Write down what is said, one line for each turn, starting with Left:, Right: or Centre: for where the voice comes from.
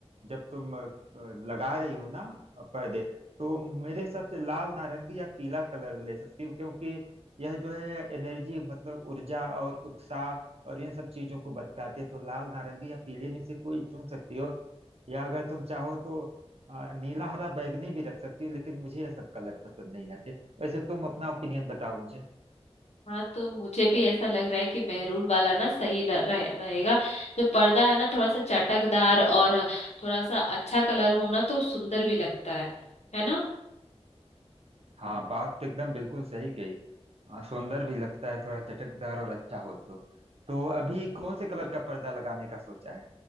Right: जब तुम अ, लगा रही हो ना पर्दे तो मेरे हिसाब से लाल नारंगी या पीला कलर ले सकती हो क्योंकि यह जो है एनर्जी मतलब ऊर्जा और उत्साह और इन सब चीजों को बताती है तो लाल नारंगी या पीले में से कोई चुन सकती हो या अगर तुम चाहो तो अ, नीला हरा बैंगनी भी रख सकती हो लेकिन मुझे यह सब कलर पसंद नहीं आते वैसे तुम अपना ओपिनियन बताओ मुझे
Left: हाँ तो मुझे भी ऐसा लग रहा है कि मैरून वाला ना सही ल- रहे, रहेगा जो पर्दा है ना थोड़ा सा चटकदार और थोड़ा सा अच्छा कलर हो ना तो सुंदर भी लगता है है ना
Right: हाँ बात तो एकदम बिल्कुल सही कही हाँ, सुंदर भी लगता है थोड़ा चटकदार और अच्छा हो तो तो अभी कौन से कलर का पर्दा लगाने का सोचा है